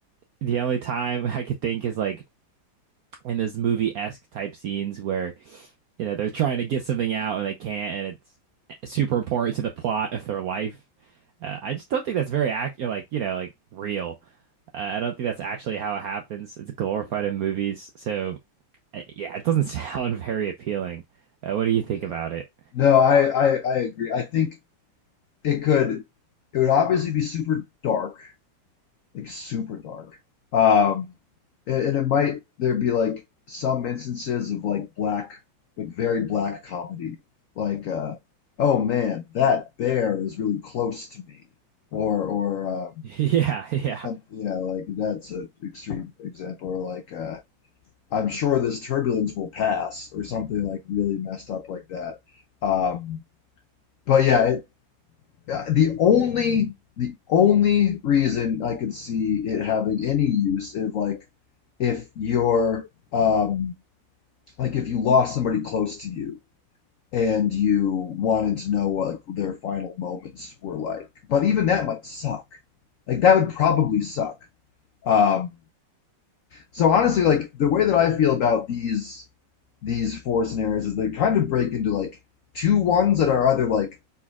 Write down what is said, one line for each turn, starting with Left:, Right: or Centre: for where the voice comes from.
Right: the only time <laughs> I could think is like in those movie-esque type scenes where, you know, they're trying to get something out and they can't, and it's super important to the plot of their life. Uh, I just don't think that's very accurate, like, you know, like real. Uh, I don't think that's actually how it happens. It's glorified in movies. So, uh, yeah, it doesn't <laughs> sound very appealing. Uh, what do you think
Left: Yeah.
Right: about it?
Left: No, I, I I agree. I think it could it would obviously be super dark. like super dark. Um, and, and it might there be like some instances of like black, like very black comedy, like uh, oh man, that bear is really close to me, or or um,
Right: <laughs> Yeah, yeah.
Left: some, yeah, like that's an extreme example, or like uh, I'm sure this turbulence will pass, or something like really messed up like that. Um, but yeah, uh, the only the only reason I could see it having any use is like if you're um, like if you lost somebody close to you and you wanted to know what their final moments were like. But even that might suck. Like that would probably suck. Um, so honestly, like the way that I feel about these these four scenarios is they kind of break into like two ones that are either like